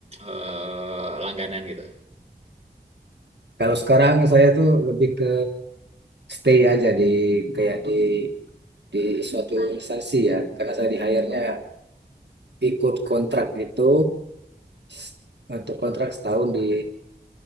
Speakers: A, on the right (about 35°); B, on the right (about 80°).
A: eh, langganan gitu?
B: kalau sekarang saya tuh lebih ke stay aja di kayak di di suatu instansi ya karena saya di hire-nya ikut kontrak gitu s- untuk kontrak setahun di